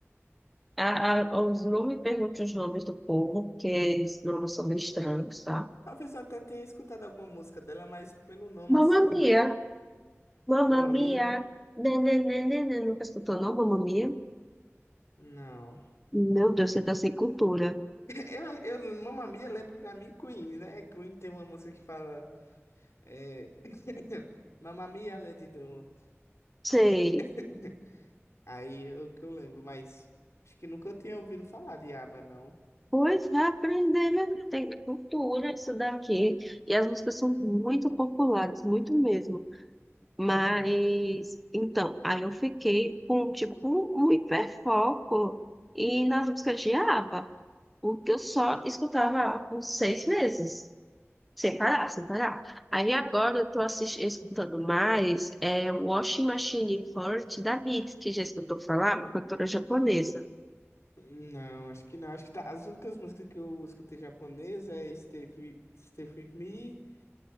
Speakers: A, in the centre; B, on the left.
A: a, a, os, não me pergunte os nomes do povo, porque esses nomes são meio estranhos, tá?
B: Talvez eu até tenha escutado alguma música dela, mas pelo nome
A: Mamma
B: assim.
A: Mia, Mamma
B: Mamma Mia?
A: Mia, nananana, nunca escutou, não? Mamma Mia?
B: Não.
A: Meu Deus, você tá sem cultura.
B: <laughs> Eu, eu, Mamma Mia lembra pra mim Queen, né? Queen tem uma música que fala. É... <laughs> Mamma Mia, Lady Do.
A: Sei.
B: <laughs> Aí é o que eu lembro, mas acho que nunca eu tinha ouvido falar de aba, não.
A: Pois vai aprender, mesmo tem cultura isso daqui. E as músicas são muito populares, muito mesmo. Mas,
B: Uhum.
A: então, aí eu fiquei com, tipo, um um hiperfoco e nas músicas de ABBA, porque eu só escutava ABBA por seis meses, sem parar, sem parar. Aí agora eu tô assistindo, escutando mais é, Washing Machine Forte da Mitski, que já escutou falar, uma cantora japonesa
B: Não, acho que não. Acho que da- as únicas músicas que eu escutei japonesa é Stay With, Stay Free With Me